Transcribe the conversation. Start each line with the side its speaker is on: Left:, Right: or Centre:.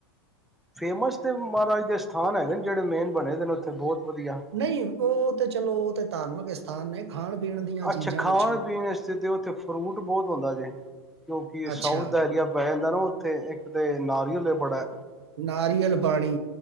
Centre: ਫੇਮਸ ਤੇ ਮਹਾਰਾਜ ਦੇ ਅਸਥਾਨ ਹੈਗੇ ਨੇ ਜਿਹੜੇ ਮੇਨ ਬਣੇ ਦੇ ਉੱਥੇ ਬਹੁਤ ਵਧੀਆ
Right: ਨਹੀਂ ਉਹ ਤੇ ਚਲੋ ਉਹ ਤੇ ਧਾਰਮਿਕ ਸਥਾਨ ਨੇ ਖਾਣ ਪੀਣ ਦੀਆਂ
Centre: ਅੱਛਾ
Right: ਚੀਜ਼ਾਂ
Centre: ਖਾਣ
Right: ਵਿੱਚੋਂ
Centre: ਪੀਣ ਤੇ ਥੇ ਫਰੂਟ ਬਹੁਤ ਹੁੰਦਾ ਜੇ ਕਿਉਂਕਿ ਇਹ
Right: ਅੱਛਾ
Centre: ਸਾਊਥ ਦਾ ਐਰੀਆ ਪੈਲ ਦਾ ਨਾ ਉੱਥੇ ਇੱਕ ਤੇ ਨਾਰੀਅਲ ਬੜਾ
Right: ਨਾਰੀਅਲ ਪਾਣੀ